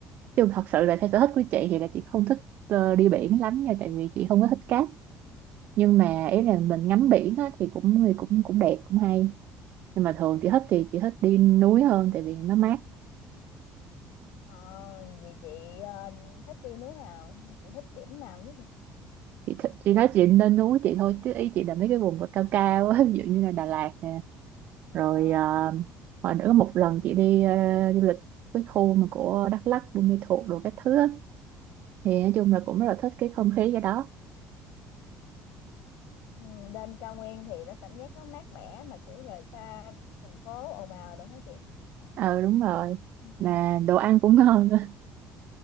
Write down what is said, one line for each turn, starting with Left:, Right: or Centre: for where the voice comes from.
Right: chứ thật sự là theo sở thích của chị thì là chị không thích ờ, đi biển lắm nha tại vì chị không có thích cát nhưng mà ý là mình ngắm biển á, thì cũng thì cũng cũng đẹp cũng hay nhưng mà thường chị thích thì chị thích đi núi hơn tại vì nó mát
Left: ờ vậy chị ờ, thích đi núi nào chị thích điểm nào nhất vậy
Right: chị, th chị nói chị nên núi chị thôi chứ ý chị là mấy cái vùng mà cao cao á <laughs> ví dụ như là Đà Lạt nè rồi
Left: Ờ,
Right: ờ, hồi nữa một lần chị đi ờ, du lịch cái khu mà của Đắk Lắk Buôn Ma Thuột đồ các thứ á thì nói chung là cũng rất là thích cái không khí ở đó
Left: ừ, lên cao nguyên thì nó cảm giác nó mát mẻ mà kiểu rời xa thành phố ồn ào rồi hả chị
Right: ờ đúng rồi
Left: Ừ.
Right: mà đồ ăn cũng <laughs> ngon nữa